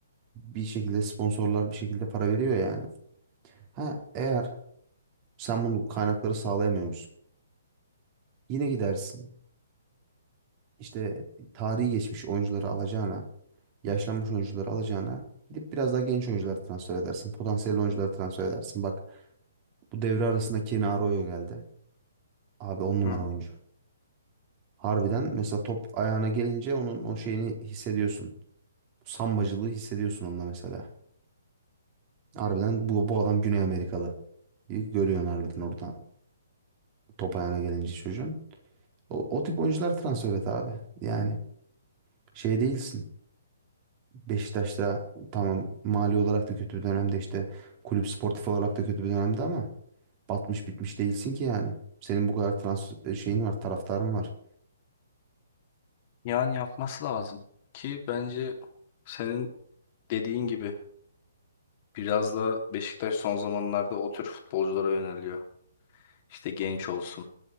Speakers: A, on the right (about 30°); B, on the left (about 40°).
A: Bir şekilde sponsorlar bir şekilde para veriyor yani. Ha, eğer sen bunu kaynakları sağlayamıyor musun? Yine gidersin. İşte tarihi geçmiş oyuncuları alacağına, yaşlanmış oyuncuları alacağına gidip biraz daha genç oyuncular transfer edersin. Potansiyel oyuncular transfer edersin. Bak bu devre arasında Kenny Arroyo geldi. Abi on numara
B: Hı hı.
A: oyuncu. Harbiden mesela top ayağına gelince onun o şeyini hissediyorsun. Sambacılığı hissediyorsun onda mesela. Harbiden bu, bu adam Güney Amerikalı. İyi Görüyorsun harbiden orada top ayağına gelince çocuğun. O, o tip oyuncular transfer et abi. Yani Şey değilsin. Beşiktaş'ta tamam mali olarak da kötü bir dönemde işte kulüp sportif olarak da kötü bir dönemde ama batmış bitmiş değilsin ki yani. Senin bu kadar trans e, şeyin var, taraftarın var.
B: Yani yapması lazım ki bence senin dediğin gibi biraz da Beşiktaş son zamanlarda o tür futbolculara yöneliyor. İşte genç olsun,